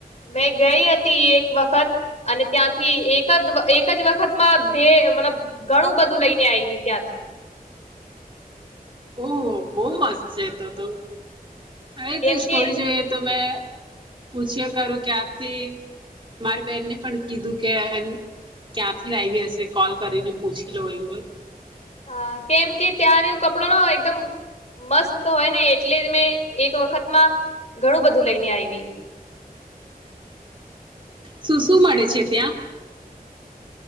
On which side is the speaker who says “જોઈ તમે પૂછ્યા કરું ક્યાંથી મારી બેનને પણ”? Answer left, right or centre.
Right